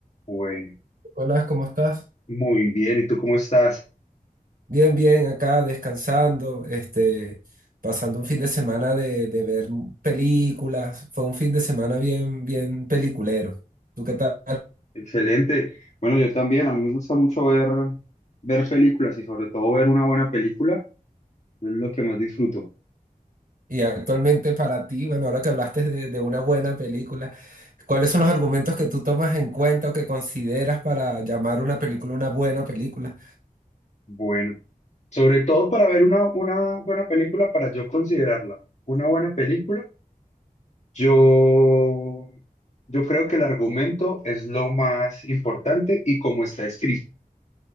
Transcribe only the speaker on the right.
Hola, ¿cómo estás?
Bien, bien, acá descansando, este, pasando un fin de semana de, de ver películas. Fue un fin de semana bien, bien peliculero. ¿Tú qué tal?
Y actualmente para ti, bueno, ahora que hablaste de, de una buena película, ¿cuáles son los argumentos que tú tomas en cuenta o que consideras para llamar una película una buena película?